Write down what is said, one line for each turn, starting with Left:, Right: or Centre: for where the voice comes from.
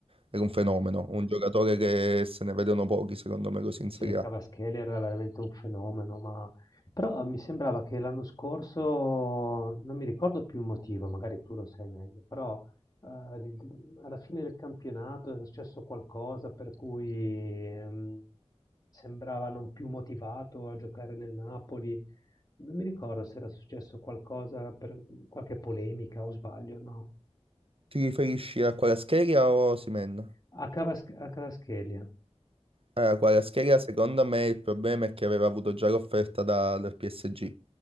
Right: era un fenomeno,
Left: Vabbè.
Right: un giocatore che se ne vedono pochi, secondo me, così in Serie
Left: Sì, Cavaschelli
Right: A.
Left: era veramente un fenomeno, ma però mi sembrava che l'anno scorso, non mi ricordo più il motivo, magari tu lo sai meglio, però eh, di- alla fine del campionato è successo qualcosa per cui ehm, sembrava non più motivato a giocare nel Napoli. Non mi ricordo se era successo qualcosa per qualche polemica o sbaglio, no?
Right: Ti riferisci a Kvaratskhelia o Osimhen?
Left: A Cavas- a Cavaschelli. eh.
Right: Eh, Kvaratskhelia, secondo me, il problema è che aveva avuto già l'offerta da- dal PSG.